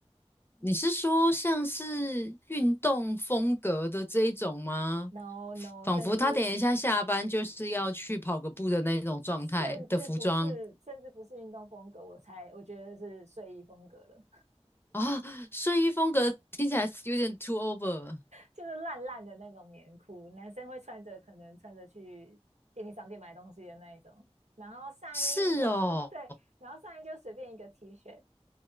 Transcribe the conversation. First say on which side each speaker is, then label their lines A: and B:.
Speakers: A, on the left; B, on the right.
A: 你是说像是运动风格的这一种吗？
B: No no，
A: 仿佛他等一下下班就是要去跑个步的那种状态的服装
B: 甚至甚至不是，甚至不是运动风格，我才我觉得是睡衣风格了。
A: 啊，睡衣风格听起来有点 too over。
B: 就是烂烂的那种棉裤，男生会穿着可能穿着去便利商店买东西的那一种，然后上衣就是对，
A: 是哦，
B: 然后上衣就随便一个 T 恤，